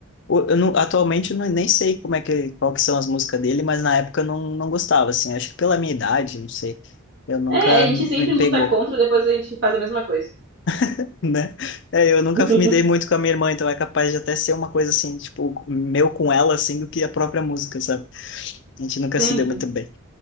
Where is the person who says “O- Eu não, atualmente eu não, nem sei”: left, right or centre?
Left